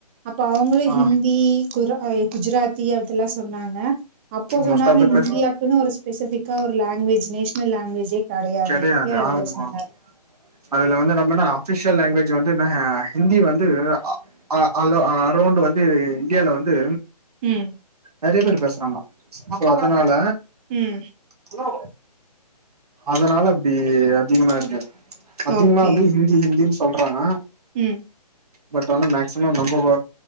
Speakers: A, on the right (about 15°); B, on the right (about 65°).
A: அப்ப அவுங்களே
B: ஆ
A: ஹிந்தி குரா அ குஜராத்தி அதெல்லா சொன்னாங்க அப்போ சொன்னாங்க
B: மோஸ்ட் ஆஃப் த
A: இந்தியாக்குனு
B: பர்சன்
A: ஒரு ஸ்பெசிஃபிக்கா ஒரு லேங்வஜ் நேஷனல் லேங்வேஜே கெடையாதுன்ட்டு
B: கெடையாது
A: அவரு
B: ஆமா
A: சொன்னாரு
B: அதுல வந்து நம்மன அஃபிஷியல் லேங்குவேஜ் வந்துன ஹிந்தி வந்து அ அ அலோ அரௌண்ட் வந்து இண்டியால வந்து
A: ம்
B: நெறைய பேர் பேசுறாங்க சோ அதனால
A: ம்
B: ஹலோ அதனால அப்டி அதிகமா ஆயிருது அதிகமா
A: ஓகே.
B: வந்து ஹிந்தி ஹிந்தின் சொல்றவ
A: ம்
B: பட் வந்து மேக்சிமம் நம்ப வ